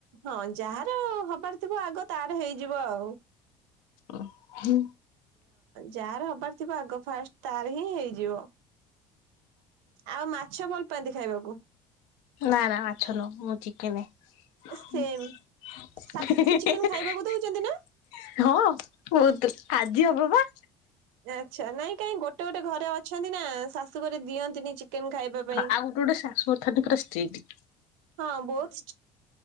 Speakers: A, on the right; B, on the left.
A: ହଁ ଯାହାର ହବାର ଥିବ ଆଗ ତାର ହେଇଯିବ ଆଉ।
B: ଓ ହୁଁ।
A: ଯାହାର ହବାର ଥିବ ଆଗ ଫାଷ୍ଟ ତାର ହିଁ ହେଇଯିବ। ଆଉ ମାଛ ଭଲ ପାଆନ୍ତି ଖାଇବାକୁ?
B: ନାଁ ନାଁ ମାଛ ନୁହେଁ ମୁଁ ଚିକେନେ। <unintelligible>
A: ସେମ୍। ଶାଶୁଘରେ ଚିକେନ ଖାଇବାକୁ ଦଉଛନ୍ତି
B: <unintelligible>
A: ନା?
B: ହଁ ହୁଅନ୍ତୁ ଆଜି ହବ ବା
A: ଆଚ୍ଛା ନାଇଁ କାଇଁ ଗୋଟେ ଗୋଟେ ଘରେ ଅଛନ୍ତି ନା ଶାଶୁ ଘରେ ଦିଅନ୍ତିନି ଚିକେନ ଖାଇବା ପାଇଁ।
B: ଆଉ ଗୋଟେ ଗୋଟେ ଶାଶୁୁଘରଥାନ୍ତି ପୁରା ସ୍ତିଟି।
A: ହଁ ବହୁତ